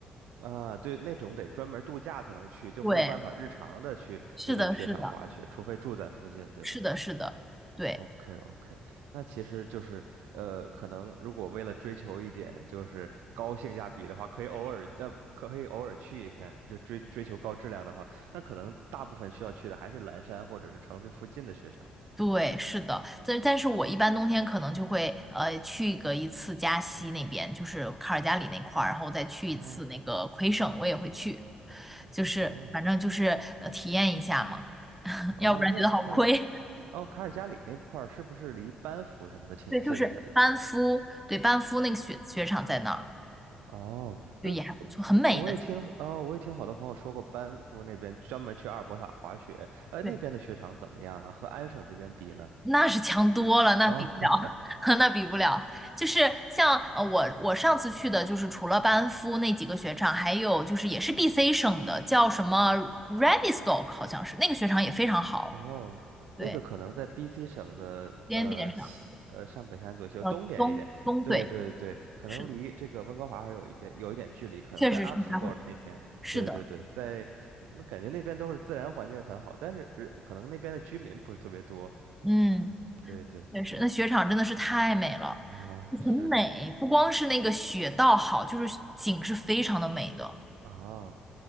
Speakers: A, on the right; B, in the centre.
A: 啊，对，那种得专门度假才能去，就没有办法日常的去那种雪场滑雪，
B: 对，是的，是的，
A: 除非住在附近，对吧？
B: 是的，是的，对。
A: OK OK，那其实就是呃，可能如果为了追求一点就是高性价比的话，可以偶尔呃，可以偶尔去一下，就追追求高质量的话，那可能大部分需要去的还是蓝山或者是城市附近的雪场。
B: 对，是的，但但是我一般冬天可能就会呃去个一次加西那边，就是卡尔加里那块儿，然后再去一次那个魁省，
A: 哦
B: 我也会去，就是反正就是呃体验一下嘛，
A: 哦，OK，
B: <laughs>
A: 哦那块儿，
B: 要不然觉得好亏。
A: 哦卡尔加里那块儿是不是离班夫什么的挺近的
B: <laughs> 对，就是班夫，对，班夫那个雪雪场在那儿，
A: 哦，
B: 对，
A: 呃，
B: 也还不错，很美的。
A: 我我也听哦，我也听好多朋友说过，班夫那边专门去阿尔伯塔滑雪，呃，
B: 对。
A: 那边的雪场怎么样啊？和安省这边比呢？
B: 那是强多了，那比不了，
A: 啊。
B: <laughs> 那比不了。就是像呃，我我上次去的，就是除了班夫那几个雪场，还有就是也是 BC 省的，叫什么 r a d i s t o c k 好像是那个雪场也非常好，
A: 哦，
B: 对，
A: 那个可能在 BC 省的呃西呃上北山左右东边一点，
B: 边边上，呃，东东对，
A: 对对对，可能离这个温哥华还是有一边有一点距离，
B: 是的，
A: 可能在
B: 确实是它会，
A: Abbotsford 那边，
B: 是的，
A: 对对对，在那感觉那边都是自然环境很好，但是呃可能那边的居民不是特别多，
B: 嗯，
A: 对对
B: 确实，那雪场真的是太美了，
A: 啊，
B: 很美，
A: 是的是的
B: 不光是那个雪道好，就是景是非常的美的，
A: 啊。